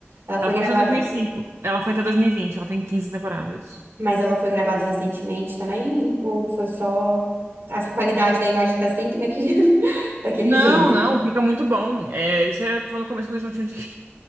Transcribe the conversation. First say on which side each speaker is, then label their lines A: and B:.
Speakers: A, on the right; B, on the right.
A: Ela foi
B: Ela começou
A: gravada,
B: em 2005, ela foi até 2020, ela tem 15 temporadas.
A: mas ela foi gravada recentemente também, ou foi só, essa qualidade da imagem tá sempre naquele, <laughs> daquele
B: Não,
A: jeito?
B: não, fica muito bom. É, isso era só no começo quando eles não tinham